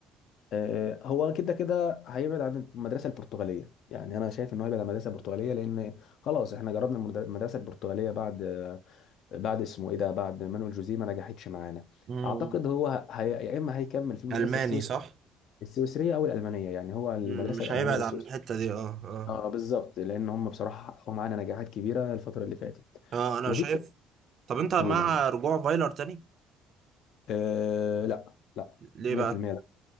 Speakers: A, on the left; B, on the right.
A: آه، هو كده كده هيبعد عن المدرسه البرتغاليه يعني انا شايف ان هو هيبعد عن المدرسه البرتغاليه لان خلاص احنا جربنا المد- المدرسه البرتغاليه بعد آه، بعد اسمه ايه ده بعد مانويل جوزيه ما نجحتش معانا
B: مم.
A: اعتقد هو هي... يا اما هيكمل في المدرسه
B: الماني
A: السويس...
B: صح
A: السويسريه او الالمانيه يعني هو المدرسه
B: مم. مش
A: الالمانيه
B: هيبعد
A: والسويسريه
B: عن الحته دي اه اه
A: اه بالظبط لان هم بصراحه حققوا معانا نجاحات كبيره الفتره اللي فاتت
B: اه انا
A: وفي
B: شايف طب انت مع
A: قول يعني
B: رجوع فايلر تاني
A: آه لا لا
B: ليه
A: 100%
B: بقى